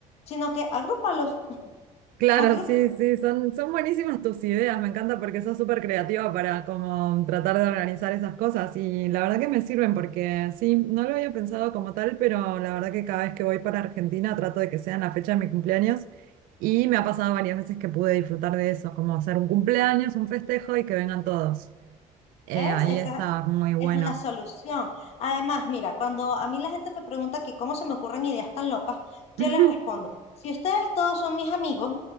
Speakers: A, on the left; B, on the right.
A: sino que agrúpalos, <laughs>
B: Claro,
A: agrúpalos.
B: sí, sí, son, son buenísimas tus ideas, me encanta porque sos súper creativa para como tratar de organizar esas cosas y la verdad que me sirven porque sí, no lo había pensado como tal, pero la verdad que cada vez que voy para Argentina trato de que sea en la fecha de mi cumpleaños y me ha pasado varias veces que pude disfrutar de eso, como hacer un cumpleaños, un festejo y que vengan todos. Eh,
A: ¿Ves?
B: ahí
A: Esa,
B: está muy bueno.
A: es una solución. Además, mira, cuando a mí la gente me pregunta que cómo se me ocurren ideas tan locas, yo
B: <laughs>
A: les respondo, si ustedes todos son mis amigos,